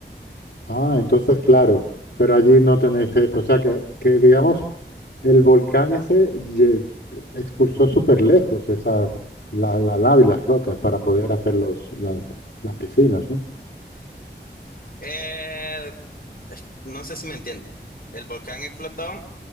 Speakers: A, on the left; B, on the left.
A: Ah, entonces, claro, pero allí no tenéis eso. O sea, que, que digamos, el volcán ese ye- expulsó súper lejos esas, la, la lava y las rocas para poder hacer los, las, las piscinas, ¿no?
B: Eh, es- no sé si me entiendo. El volcán explotó,